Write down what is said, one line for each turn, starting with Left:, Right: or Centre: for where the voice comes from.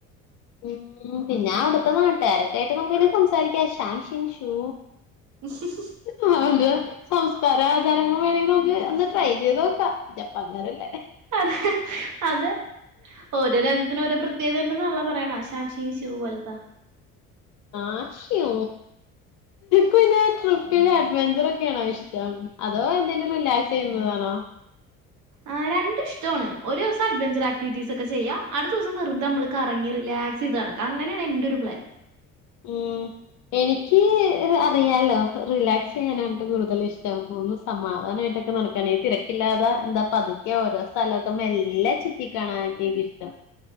Left: ഉം പിന്നെ അവിടുത്തെ നാട്ടുകാരൊക്കെ ആയിട്ട് നമുക്ക സംസാരിക്കാംശ്യം ഷിൻ ഷൂ
Right: ഉം ഉം
Left: ആഹ് അതെ... സംസ്കാര ആചാരങ്ങളും വേണമെങ്കിൽ നമുക്ക് അന്ന് ട്രൈ ചെയ്ത് നോക്കാം ജപ്പൻകാരല്ലേ
Right: ആഹ് അതെ അതെ ഓ. ഓരോ രാജ്യത്തിന് ഓരോ പ്രത്യേകത ഉണ്ടന്നുള്ള പറയ ആ ശാംഷി ഷു പോലത്താ.
Left: ആക്ഷോ കൊനട്ട. <unintelligible> അഡ്വഞ്ചർ ഒക്കെയാണോ ഇഷ്ടം? അതോ എന്തെങ്കിലും റിലാക്സ് ചെയ്യുന്നതാണോ?
Right: ആഹ് രണ്ടും ഇഷ്ടമാണ്.. ഒരു ദിവസം അഡ്വഞ്ചർ ആക്ടിവിറ്റീസ്ഒ ക്കെ ചെയ്യഅടുത്ത ദിവസം വെറുതെ നമ്മൾ കറങ്ങിറിലാക്സ് ചെയത്ത നടക്കാം അങ്ങനെയാണ് എന്റെ ഒരു പ്ലാൻ.
Left: ഉം എനിക്ക് അറിയാലോ റിലാക്സ് ചെയ്യാന കൂടുതല ഇഷ്ടം. സമാധാനമായിട്ടൊക്കെ നടക്കാൻ ഈ തിരക്കില്ലാതെ എന്താ പതുക്കെ ഓരോ സ്ഥലമൊക്കെ മെല്ലെ ചുറ്റി കാണാൻ എനിക്കിഷ്ടം